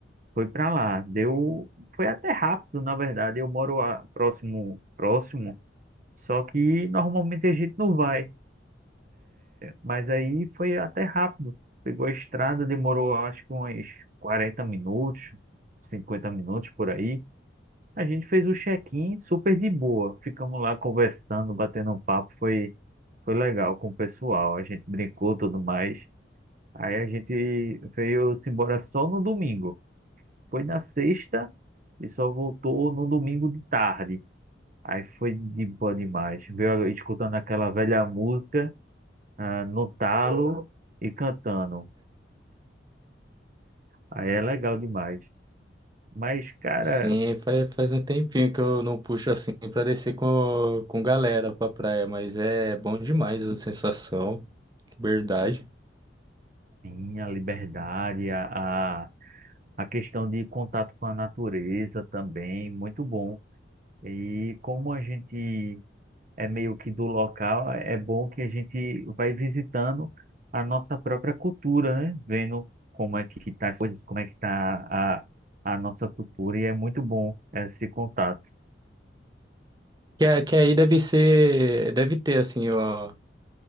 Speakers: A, on the right; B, on the right.
A: foi para lá. Deu, foi até rápido, na verdade. Eu moro a- próximo, próximo, só que normalmente a gente não vai. Mas aí foi até rápido. Pegou a estrada, demorou acho que uns 40 minutos, 50 minutos por aí. A gente fez o check-in super de boa. Ficamos lá conversando, batendo um papo. Foi, foi legal com o pessoal. A gente brincou tudo mais. Aí a gente veio-se embora só no domingo. Foi na sexta e só voltou no domingo de tarde. Aí foi de boa demais. Veio escutando aquela velha música, ah, no talo e cantando. Aí é legal demais. Mas, cara,
B: Sim, faz, faz um tempinho que eu não puxo assim pra descer com, com galera pra praia, mas é bom demais a sensação, liberdade.
A: sim, a liberdade, a, a, a questão de contato com a natureza também, muito bom. E como a gente é meio que do local, é bom que a gente vai visitando a nossa própria cultura, né? Vendo como é que tá as coisas, como é que tá a, a nossa cultura, e é muito bom esse contato.
B: Que, a- que aí deve ser, deve ter assim, ó.